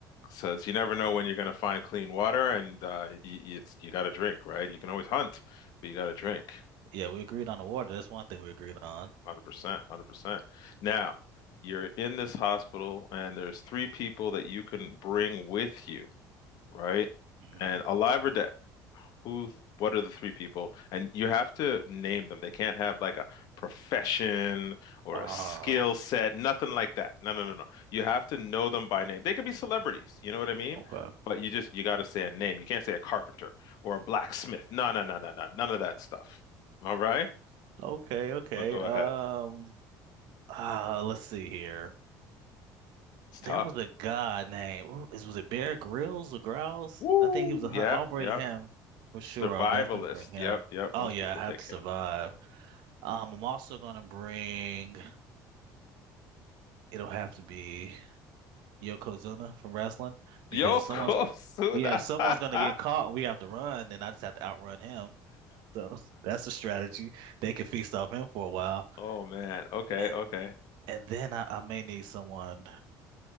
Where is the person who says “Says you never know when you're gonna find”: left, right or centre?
Left